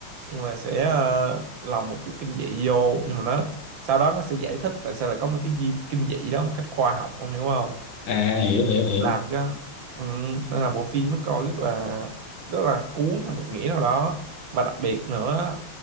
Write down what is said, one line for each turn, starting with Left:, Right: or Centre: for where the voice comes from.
Right: nhưng mà sẽ ờ, lồng một chút kinh dị vô nhưng mà nó sau đó nó sẽ giải thích tại sao lại có mấy cái di kinh dị đó một cách khoa học ông hiểu không
Left: à hiểu hiểu hiểu
Right: làm cho ừ, nên là bộ phim nó coi rất là rất là cuốn theo một nghĩa nào đó và đặc biệt nữa